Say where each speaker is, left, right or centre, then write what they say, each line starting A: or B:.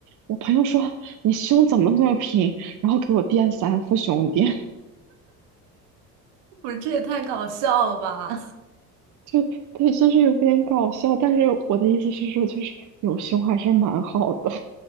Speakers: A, on the right; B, on the right.
A: 我朋友说你胸怎么那么平，然后给我垫三副胸垫，
B: 不是，这也太搞笑了吧！
A: <laughs> 就对，就是有点搞笑，但是我的意思是说，就是有胸还是蛮好的，